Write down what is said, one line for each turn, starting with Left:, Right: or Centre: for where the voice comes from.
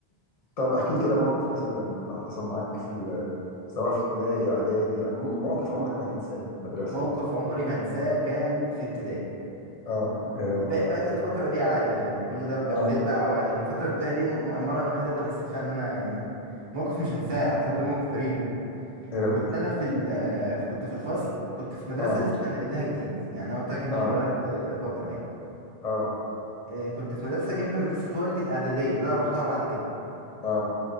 Left: طب احكي لي كده موقف مثلا حصل معاك في ال... سواء في ابتدائي اعدادي يعني موق- موقف عمرك ما هتنساه في المدرسه
Right: موقف عمري ما انساه كان في ابتدائي
Left: اه ايوه
Right: يعني بق- بقت الفترة دي عادي يعني كل ده ب-
Left: اه
Right: ابتديت بقى أوعى لكن فترة البداية دي الم- المرة الوحيدة اللي حسيت فيها إن أنا يعني موقف مش هنساه حصل لي موقف غريب يعني
Left: ايوه
Right: كنت أنا في ال آه، كنت في الفصل كنت في مدرسة
Left: اه
Right: لسه ناقل لها جديد يعني أنا قلت لك إن
Left: اه
Right: أنا غيرت آه، فترة يعني
Left: اه
Right: آه، كنت في مدرسة جنب مدرسة والدي الإعدادية اللي أنا روحتها بعد كده
Left: اه